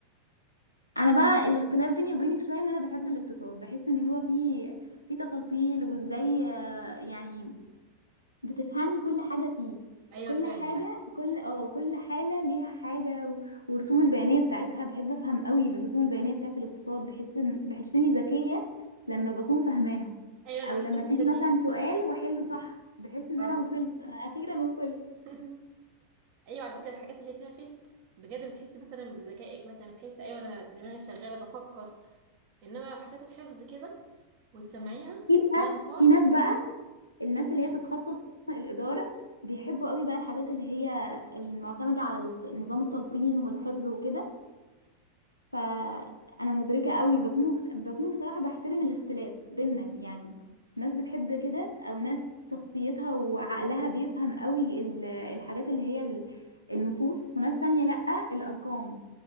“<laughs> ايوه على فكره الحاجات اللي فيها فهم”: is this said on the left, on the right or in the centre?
Right